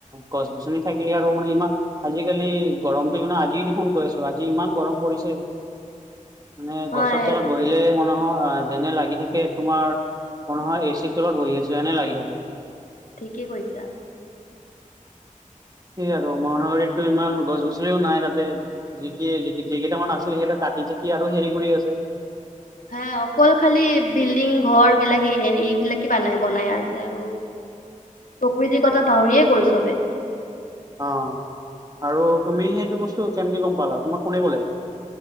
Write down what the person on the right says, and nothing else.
গছ-গছনি থাকিলে আৰু মানে ইমান আজিকালি গৰমটো মানে আজি দেখোন পাই আছো আৰু আজি ইমান গৰম পৰিছে মানে
গছৰ তলত বহিলে মানহৰ যেনে লাগি থাকে তোমাৰ <unintelligible> এ চিৰ তলত বহি আছো এনে লাগি থাকে।
সেই আৰু মহানগৰীততো ইমান গছ-গছনিও নাই তাতে যি কিয়ে যি কেইটামান আছিলে সেকেটা কা কাটি-চাতি আৰু হেৰি কৰি আছে।
অ আৰু তুমি সেইটো বস্তু কেনেকে গম পালা তোমাক কোনে ক'লে?